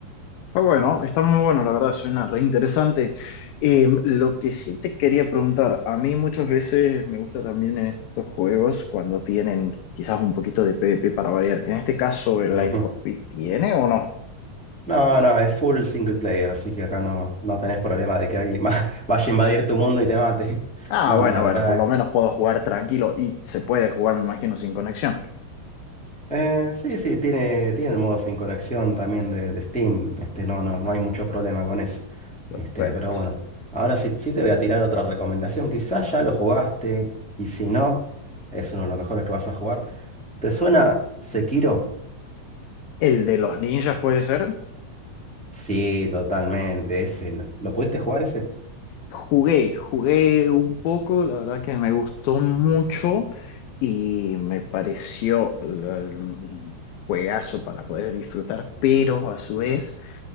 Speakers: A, on the left; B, in the centre.
A: Ah, Bueno, está muy bueno, la verdad, suena re interesante. Eh, lo que sí te quería preguntar, a mí muchas veces me gusta también en estos juegos cuando tienen quizás un poquito de PvP para variar. En este caso, ¿el
B: Ujú.
A: Life of Pi tiene o no?
B: No, no, es full single player, así que acá no, no tenés problema de que alguien más <laughs> vaya a invadir tu mundo y te mate. <laughs>
A: Ah,
B: No,
A: bueno,
B: no, acá
A: bueno, por lo menos puedo jugar tranquilo y se puede jugar, me imagino, sin conexión.
B: Eh, sí, sí, tiene, tiene el modo sin conexión también de, de Steam. Este, no, no, no hay mucho problema con eso. Este,
A: Perfecto.
B: pero bueno, ahora sí, sí te voy a tirar otra recomendación. Quizás ya lo jugaste y si no, es uno de los mejores que vas a jugar. ¿Te suena Sekiro?
A: ¿El de los ninjas puede ser?
B: Sí, totalmente. Ese, ¿lo lo pudiste jugar ese?
A: Jugué, jugué un poco, la verdad que me gustó mucho y me pareció la- un juegazo para poder disfrutar, pero a su vez